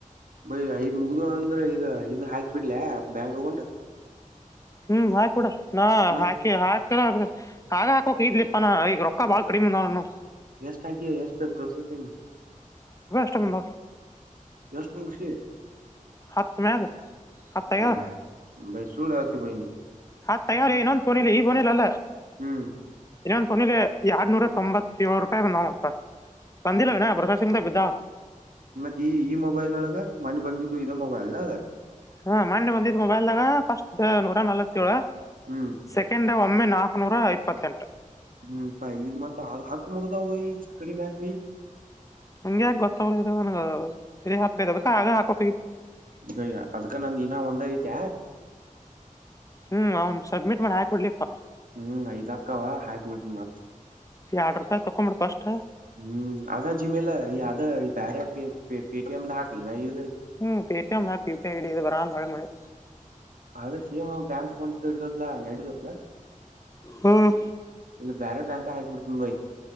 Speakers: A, on the right; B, on the left.
A: ಭ ಆ ಮುಗ್ದು ಅಂದ್ರೆ ಇದ ಇದು ಹಾಕ್ಿ ಬಿಡ್ಲ ಬ್ಯಾಂಕ್ ಅಕೌಂಟ್
B: ಹ್ಮ್ ಹಾಕ ಕೊಡ ನ
A: ಮತ್
B: ಹಾಕಿ ಹಾಕರ ಅವ್ರಗ ಆಗ ಹಾಕೋಕ ಇದ್ಲಿಪ್ಪಾನ ಈಗ ರೊಕ್ಕ ಬಾಳ್ ಕಡಿಮಂದ ನಾನು
A: ಎಷ್ಟ ಹಾಕಿಯ ಎಷ್ಟ ಪ್ರೋಸೆಸಿಂಗ್
B: ಅಟುಂಬ
A: ದಷ್ಟ ಮುುಖ
B: ಹತ್ತ್ ಮ್ಯಾಗ ಹತ್ತ್ ಆಗ್ಯಾವ
A: ಹಾ ಭೈ ಸು ಬಾಯನಿ
B: ಹ ತಯಾರಾರಿ ಇನ್ನೊಂದು ಬೋನಿಲ್ಲ ಈೋನಿಲ್ಲ ಅಲ್ಲ
A: ಹ್ಮ್
B: ಇನ್ನ ಒಂದ್ ಕೊನಿಲಿ ಎರಡ್ನೂರ ತೊಂಬತ್ತ ಏಳು ರೂಪಾಯಿ ಬಂದ ನ ಮಾಡ್ತ ಬಂದಿಲ್ಲ ವಿನ ಪ್ರಸಾದ್ ಸಿಂಗ್ದ ಬಿದ್ದ
A: ಮತ್ತತ್ ಈ ಈ ಮೊಬೈಲ್ ಒಳಗ ಮನೆ ಬಂದಿದ್ದು ಇದ ಮೊಬೈಲ್ ಅದ
B: ಹಾ ಮಂಡೆ ಬಂದಿದ್ ಮೊಬೈಲ್ದಾಗ ಫಸ್ಟ್ ನೂರ ನವತ್ತಏಳು
A: ಹ್ಮ್
B: ಸೆಕೆಂಡ್ ಒಮ್ಮೆ ನಾಕಕ್ನೂರ ಇಪ್ಪತ್ತೆಂಟು
A: ಹ್ಮ್ ಭ ಮತ ಹ ಹತ್ತ ಮುಗದ ಹೋಗ ಇಷ್ಟ ಕಡಿ ಮಕ ಬ
B: ನಂಗೆ ಯಾಕ ಗೊತ್ತಾಗಲ ಇದು ನನ್ಗೆ ತಿರಿ ಹಾಕಕ್ೈ ಅದಕ್ಕ ಆಗ ಹಾಕೋಕ್
A: ಬಯ ಅದ್ಕ ನಂದ ಇಿನ ಒಂದ ಐತೆ
B: ಹ್ಮ್ ಅವ್ನ್ ಸಬ್ಮಿಟ್ ಮಾಡಿ ಹಾಕಿಡ್ಲಿಪಾ
A: ಹ್ಮ್ ಐ್ಾಕ್ಕವ ಹಬಡ್ತ ಮತ್
B: ಈ ಆರ್ಡರ್ ಪ ತೊಂಬಿ ಪಾಸ್ಟ್
A: ಹ್ಮ್ ಅದ ಜಿಮಲ ಈ ಅದ ಈ ಬೇರೆ ಪೇಟಿಎಮ್ದ ಹಾಕಲ್ ನ ಇ
B: ಹ್ಮ್ ಪೇಟಿಎಂ ಅ ಕ್ಯೂಪಿಐ ಐಡಿ ಇದು ಬರಳೆ ಮಳೆ
A: ಆದ್ರೆ ಸೇಮ್ ನ್ ಬ್ಯಾಂಕ್ ಅಕೌಂಟ್್ದ ಇಡದತ್ಲ ನಡಿದತ್ಲ
B: ಹ್ಮ್
A: ಇಲ್ಲಿ ಬೇರೆ ಬ್ಯಾಂಕ್ ಹಾಕ್ಬಿಡ್ತನ್ ಭೈ